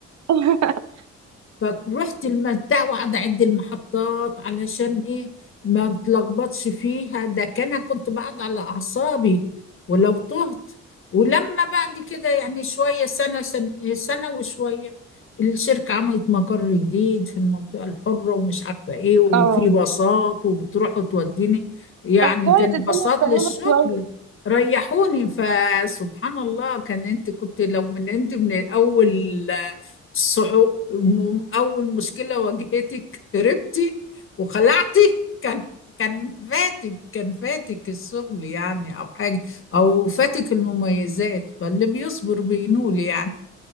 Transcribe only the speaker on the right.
<laughs>
اه
طب كويس
الدنيا اتفهمت
شويه